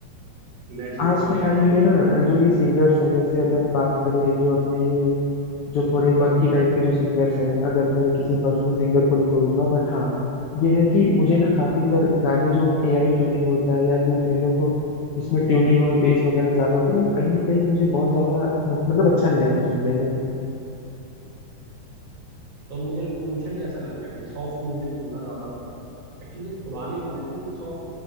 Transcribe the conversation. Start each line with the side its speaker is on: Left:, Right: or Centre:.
Right: इमेजिन
Left: आज
Right: करके
Left: के
Right: लिखते
Left: टाइम
Right: हैं
Left: पे ना जो ये सिंगर्स हैं जैसे अगर बात करें जो अपने ये जो थोड़े फंकी टाइप के जो सिंगर्स हैं अगर मैं किसी पर्सनल सिंगर को नहीं बोलूंगा बट हाँ ये है कि मुझे ना काफी तर गाने जो एआई ट्यूनिंग होता है या यूँ कह लो तो जिसमें ट्यूनिंग और बेस वगैरह ज्यादा होती है ना वो कहीं ना कहीं मुझे बहुत ज्यादा मतलब अच्छा नहीं लगता सुनने में
Right: तो मुझे लग, मुझे भी ऐसा लगता है कि सॉफ्ट म्यूजिक सुनना ज्यादा एक्चुअली जो पुराने गाने थे उनमें सॉफ्ट